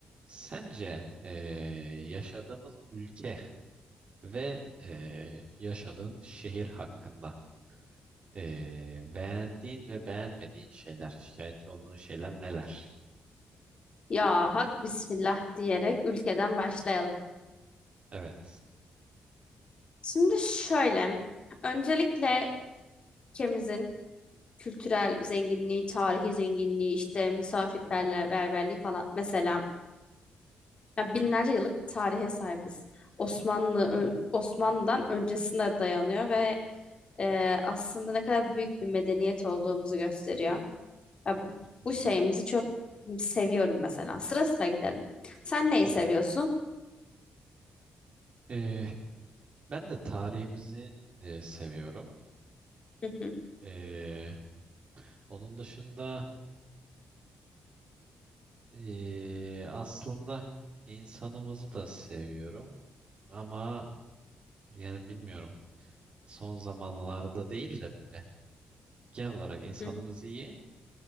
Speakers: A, on the right; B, on the left.
A: Sence eee, yaşadığımız ülke ve eee, yaşadığın şehir hakkında eee, beğendiğin ve beğenmediğin şeyler, şikayetçi olduğun şeyler neler?
B: Ya hak bismillah diyerek ülkeden başlayalım.
A: Evet.
B: Şimdi şöyle, öncelikle ülkemizin kültürel zenginliği, tarihi zenginliği, işte misafirperverliği falan mesela ya binlerce yıllık bir tarihe sahibiz. Osmanlı ö- Osmanlı'dan öncesine dayanıyor ve e, aslında ne kadar büyük bir medeniyet olduğumuzu gösteriyor. Ya bu,
A: Hı hı,
B: bu şeyimizi çok seviyorum mesela. Sıra sıra gidelim. Sen neyi
A: tamam.
B: seviyorsun?
A: Eee, ben de tarihimizi eee, seviyorum.
B: <laughs> Hı hı
A: Eee, onun dışında eee, aslında insanımızı da seviyorum. Ama yani bilmiyorum. Son zamanlarda değil de böyle genel olarak insanımız
B: hı.
A: iyi.